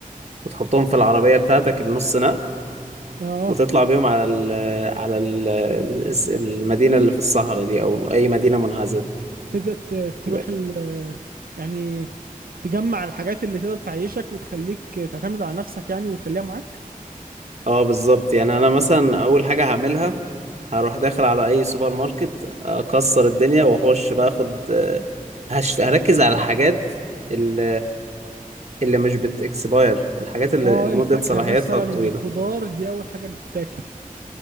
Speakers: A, on the right (about 50°); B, on the right (about 80°).
A: وتحطهم في العربية بتاعتك النص نقل
B: اه
A: وتطلع بيهم على ال على ال المدينة اللي في الصحراء دي أو أي مدينة منعزلة
B: تبدا ت- تروح
A: يبقى-
B: ال... يعني تجمع الحاجات اللي تقدر تعيشك وتخليك تعتمد على نفسك يعني وتخليها معاك
A: اه بالظبط يعني أنا مثلا أول حاجة هعملها هروح داخل على أي سوبر ماركت أكسر الدنيا وأخش بقى أخد آه، هش- هركز على الحاجات ال- اللي مش بت expire الحاجات اللي
B: اه
A: مدة
B: الفاكهة
A: صلاحيتها
B: مثلا
A: الطويلة
B: والخضار دي أول حاجة تتاكل